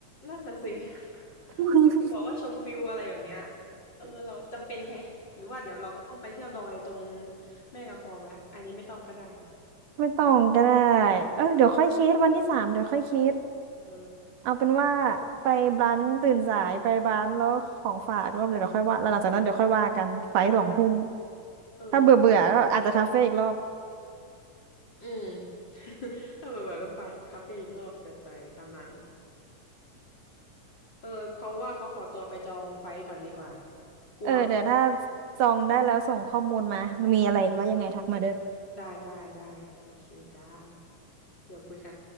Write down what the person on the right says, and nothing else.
<laughs>
ไม่ต้องก็ได้เออเดี๋ยวค่อยคิดวันที่สามเดี๋ยวค่อยคิด
เอาเป็นว่าไปบ้านตื่นสายไปบ้านแล้วของฝากด้ยเดี๋ยวเดี๋ยวค่อยว่าแล้วหลังจากนั้นเดี๋ยวค่อยว่ากันไฟสองทุ่ม
ถ้าเบื่อเบื่อก็อาจจะคาเฟ่อีกรอบ
เออเดี๋ยวถ้าจองได้แล้วส่งข้อมูลมามีอะไรว่ายังไงทักมาเด้อ